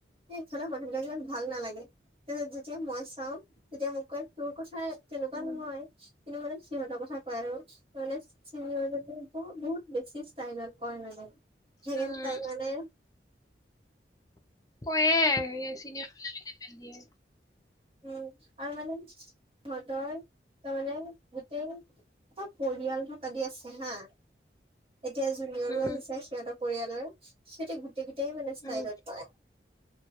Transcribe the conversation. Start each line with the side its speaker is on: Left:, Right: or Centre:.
Right: সিফালৰ মানুহ বিলাক ইমান ভাল নালাগে তাৰপিছত যেতিয়া মই চাওঁ তেতিয়া মোক কয় তোৰ কথা। তেনেকুৱা
Left: উম
Right: নহয়। কিন্তু মানে সিহঁতৰ কথা কয় আৰু মানে চিনিয়ৰ বহুত বহুত বেছি ষ্টাইলত কয় মানে। সেয়ে
Left: উম
Right: তাই মানে।
Left: কয়ে চিনিয়ৰবিলাকে লেবেল দিয়ে।
Right: উম আৰু মানে মই তই তাৰমানে গোটেই চব পৰিয়াল হক আদি আছে হা এতিয়া জুনিয়ৰো
Left: উম
Right: আহিছে সিহঁতক পৰিয়ালৰ সিহতি <unintelligible> সেইখমানে ইচটালট
Left: উম
Right: পাই <unintelligible>